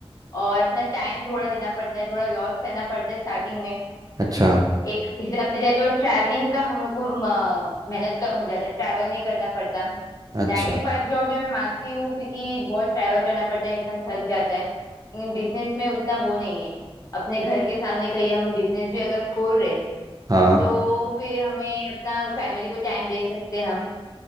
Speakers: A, on the left (about 35°); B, on the right (about 35°).
A: और अपना टाइम थोड़ा देना पड़ता है थोड़ा लॉस सहना पड़ता है स्टार्टिंग में
B: अच्छा
A: एक हिसाब से जाए तो ट्रैवलिंग का हम लोग को म, मेहनत कम हो जाता है ट्रैवल नहीं करना पड़ता
B: अच्छा
A: नाइन टू फाइव जॉब में मैं मानती हूँ क्योंकि बहुत ट्रैवल करना पड़ता है इंसान थक जाता है लेकिन बिजनेस में उतना वो नहीं है अपने घर के सामने कहीं हम बिजनेस भी अगर खोल रहे हैं,
B: हाँ
A: तो फिर हमें अपना फैमिली को टाइम दे सकते हैं हम